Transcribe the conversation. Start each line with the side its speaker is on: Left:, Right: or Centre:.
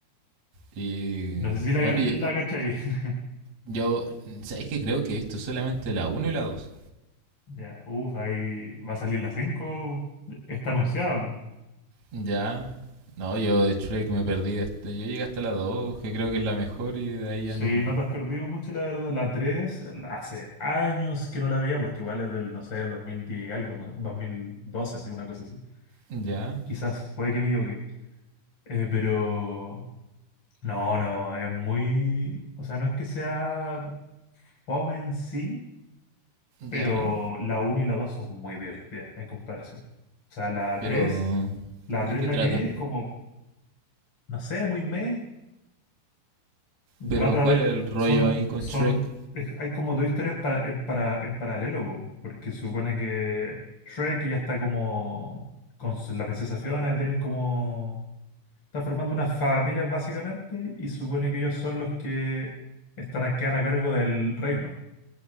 Right: Y
Left: No sé si la,
Right: bueno, yo,
Left: la cachai. <laughs>
Right: yo ¿sabéis que creo que he visto solamente la uno y la dos
Left: Ya, uff, ahí va a salir la 5. Está anunciada.
Right: Ya. No, yo de Shrek me perdí. Hasta, yo llegué hasta la 2 que creo que es la mejor, y de ahí
Left: Sí,
Right: ya no.
Left: no te has perdido mucho, la verdad. La 3, la- hace años que no la veía, porque igual es del, no sé, 2010 y algo, ¿no? dos mil doce, así, una cosa así.
Right: Ya.
Left: Quizás, puede que me equivoque. Eh, pero No, no, es muy, o sea, no es que sea fome en sí, pero
Right: Ya.
Left: la uno y la 2 son muy divertidas en comparación. O sea, la
Right: Pero,
Left: tres, la
Right: ¿de
Left: tres
Right: qué
Left: la
Right: trata?
Left: que vi es como, no sé, muy meh,
Right: Pero,
Left: trata
Right: ¿cuál
Left: de,
Right: es el rollo
Left: son,
Right: ahí con
Left: son,
Right: Shrek?
Left: es- hay como dos historias en, para, en, para, en paralelo, po, porque supone que Shrek que ya está como, con su- la princesa Fiona, ya tienen como, está formando unas familias básicamente, y supone que ellos son los que están, a- quedan a cargo del reino.